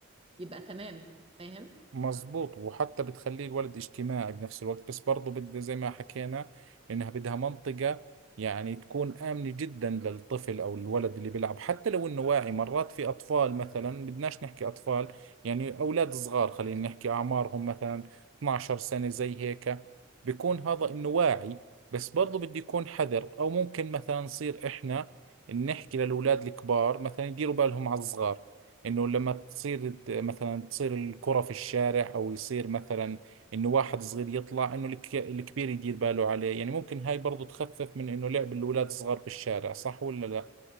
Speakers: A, on the right; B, on the right.
A: يبقى تمام فاهم
B: مظبوط وحتى بتخليه الولد اجتماعي بنفس الوقت بس برضو بد زي ما حكينا انها بدها منطقة يعني تكون آمنة جدا للطفل او الولد اللي بيلعب حتى لو انه واعي مرات في اطفال مثلا بدناش نحكي اطفال يعني اولاد صغار خلينا نحكي اعمارهم مثلا 12 سنة زي هيك بيكون هذا انه واعي بس برضو بده يكون حذر او ممكن مثلا نصير احنا نحكي للاولاد الكبار مثلا يديروا بالهم على الصغار انه لما تصير ت- مثلا تصير الكرة في الشارع او يصير مثلا انه واحد صغير يطلع انه الك- الكبير يدير باله عليه يعني ممكن هاي برضو تخفف من انه لعب الاولاد الصغار بالشارع صح ولا لا